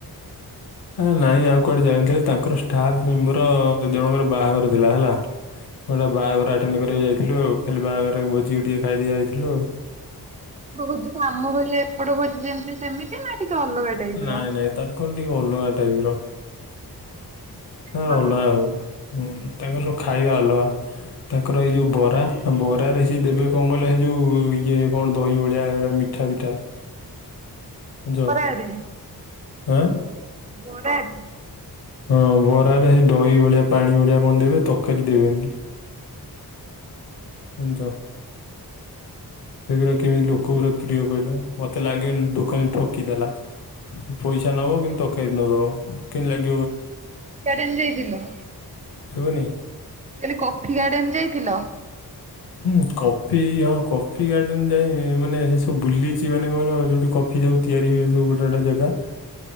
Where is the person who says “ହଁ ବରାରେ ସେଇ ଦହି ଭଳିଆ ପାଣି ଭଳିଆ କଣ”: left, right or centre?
Left